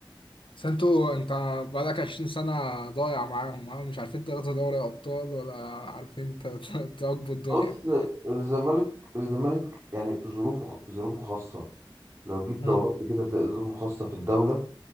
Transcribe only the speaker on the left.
بس أنتوا أنت بقالك 20 سنة ضايع معاهم ها مش عارفين تاخدوا دوري أبطال ولا عارفين ت- ت- تواكبوا
الدنيا
مم.